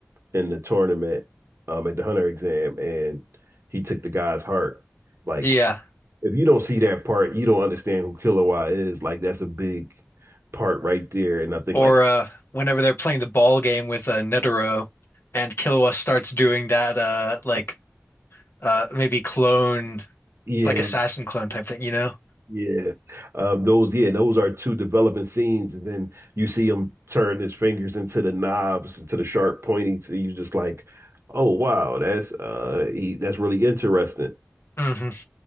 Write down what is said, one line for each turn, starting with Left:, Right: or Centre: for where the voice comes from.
Right: in the tournament um, at the Hunter exam and he took the guy's heart. Like,
Left: yeah,
Right: if you don't see that part, you don't understand who Killua is. Like, that's a big part right there. And I think,
Left: or
Right: like,
Left: uh, whenever they're playing the ball game with uh, Netero, and Killua starts doing that, uh, like uh, maybe clone,
Right: yeah,
Left: like assassin clone type thing, you know?
Right: Yeah, um, those yeah, those are two developing scenes, and then you see him turn his fingers into the knobs, into the sharp pointy. So you just like, oh wow, that's uh, he, that's really interesting.
Left: hmm